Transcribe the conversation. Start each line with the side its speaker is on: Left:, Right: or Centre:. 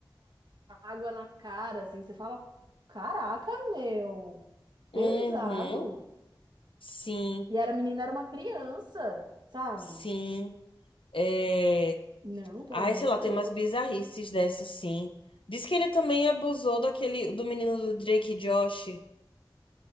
Right: água na cara, assim, você fala, caraca, meu,
Left: uhum.
Right: pesado.
Left: Sim,
Right: E era a menina, era uma criança, sabe?
Left: sim. É...
Right: Não, pelo
Left: Ai,
Right: amor
Left: sei
Right: de
Left: lá,
Right: Deus.
Left: tem umas bizarrices dessas, sim. Diz que ele também abusou daquele, do menino do Drake e Josh.